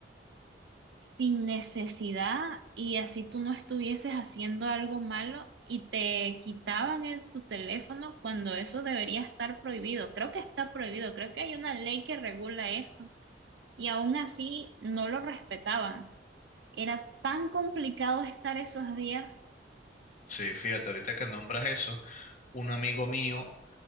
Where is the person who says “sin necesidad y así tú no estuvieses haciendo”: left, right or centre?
Right